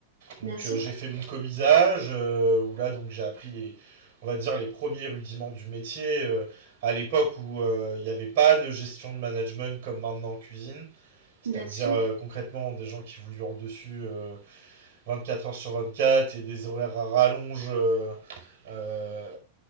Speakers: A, on the right; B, on the right.
A: Donc
B: bien sûr.
A: euh, j'ai fait mon commisage euh, où là donc j'ai appris les on va dire les premiers rudiments du métier euh, à l'époque où euh, il n'y avait pas de gestion de management comme maintenant en cuisine, c'est-à-dire
B: Bien sûr.
A: euh, concrètement des gens qui vous hurlent dessus euh, 24 heures sur 24 et des horaires à rallonge euh, euh,